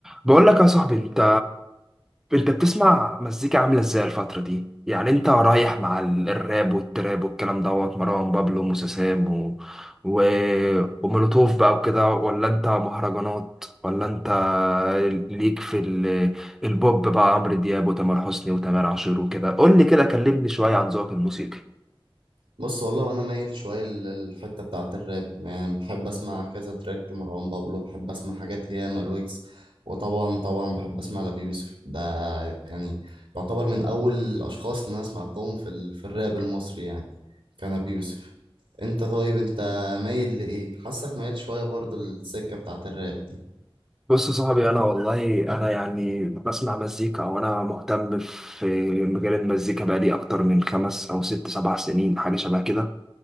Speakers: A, in the centre; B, on the right.
A: بقول لك يا صاحبي انت انت بتسمع مزيكا عامله ازاي الفتره دي يعني انت رايح مع ال- الراب والتراب والكلام دوت مروان بابلو وموسيسام و... و... ومولوتوف بقى وكده ولا انت مهرجانات ولا انت ليك في ال... البوب بقى عمرو دياب وتامر حسني وتامر عاشور وكده قول لي كده كلمني شويه عن ذوقك الموسيقي
B: بص والله انا مايل شويه للحته بتاعه الراب يعني بحب اسمع كذا تراك لمروان بابلو بحب اسمع حاجات ياما الويجز وطبعا طبعا بحب اسمع لأبي يوسف ده يعني يعتبر من اول الاشخاص اللي انا سمعتهم في ال... في الراب المصري يعني كان ابي يوسف انت طيب انت مايل لايه حاسك مايل شويه برضو للسكه بتاعه الراب دي
A: بص يا صاحبي انا والله انا يعني بسمع مزيكا وانا مهتم في مجال المزيكا بقالي اكتر من خمس او ست سبع سنين حاجه شبه كده